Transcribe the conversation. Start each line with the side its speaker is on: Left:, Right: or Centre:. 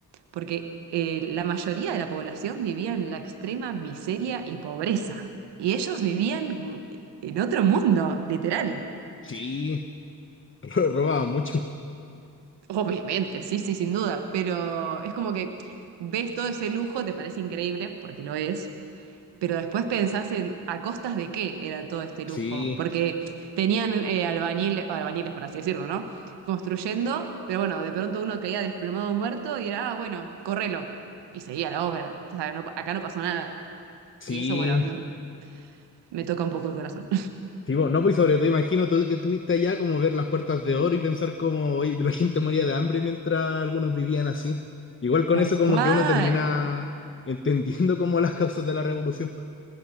Right: porque eh, la mayoría de la población vivía en la extrema miseria y pobreza, y ellos vivían mm, en otro mundo, literal.
Left: Sí. Pero robaban mucho.
Right: Obviamente, sí, sí, sin duda, pero es como que ves todo ese lujo, te parece increíble, porque lo es, pero después pensás en a costas de qué era todo este
Left: Sí,
Right: lujo, porque tenían eh, albañiles, albañiles, por así decirlo, ¿no? Construyendo, pero bueno, de pronto uno caía desplomado muerto y era, ah, bueno, correlo, y seguía la obra, o sea, no- acá no pasó nada,
Left: sí.
Right: y eso, bueno, a mí me toca un poco el corazón.
Left: Sí, vos, no, pues sobre todo imagino tú que estuviste allá como ver las puertas de oro y pensar como oye, la gente moría de hambre mientras algunos vivían así. Igual con
Right: <laughs> Tal
Left: eso como
Right: cual.
Left: que uno termina entendiendo como las causas de la revolución. po.